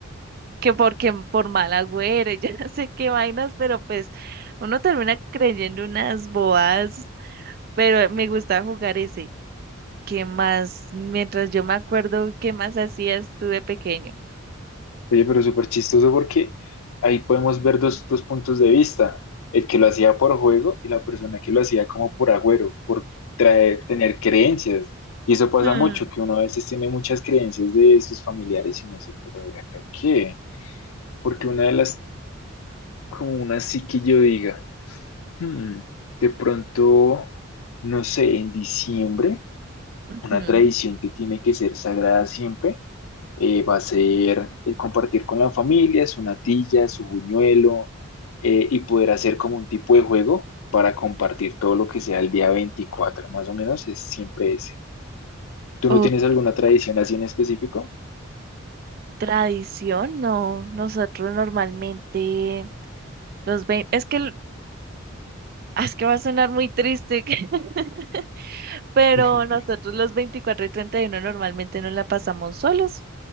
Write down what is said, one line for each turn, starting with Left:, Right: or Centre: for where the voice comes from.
Right: que porque por mal agüero, <laughs> y yo no sé qué vainas, pero pues uno termina creyendo unas bobadas, pero me gustaba jugar ese. ¿Qué más? Mientras yo me acuerdo, ¿qué más hacías tú de pequeño?
Left: Oye, pero súper chistoso porque ahí podemos ver dos, dos puntos de vista. El que lo hacía por juego y la persona que lo hacía como por agüero, por traer, tener creencias. Y eso pasa
Right: Mm,
Left: mucho, que uno a veces tiene muchas creencias de sus familiares y uno dice, pero de acá qué, porque una de las, como una sí que yo diga. Hmm, de pronto, no sé, en diciembre,
Right: ujú,
Left: una tradición que tiene que ser sagrada siempre eh, va a ser el compartir con la familia su natilla, su buñuelo eh, y poder hacer como un tipo de juego para compartir todo lo que sea el día 24 más o menos es siempre ese. ¿Tú
Right: Ok.
Left: no tienes alguna tradición así en específico?
Right: Tradición, no. Nosotros normalmente los 20, es que el- es que va a sonar muy triste, que- <laughs>
Left: <laughs>
Right: pero nosotros los 24 y 31 normalmente nos la pasamos solos.